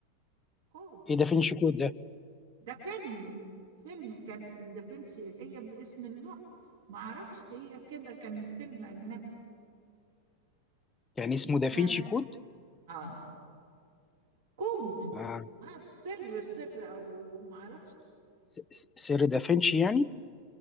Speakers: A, on the right; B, on the left.
A: كود
B: ايه دافنشي كود ده
A: ده فيلم فيلم كان دافنشي هي باسم اللوح ما اعرفش هي كده كان فيلم اجنبي
B: يعني اسمه دافنشي
A: اه
B: كود
A: آه. كود
B: آه.
A: اه سر سر او ما اعرفش
B: س- س- سر دافنشي يعني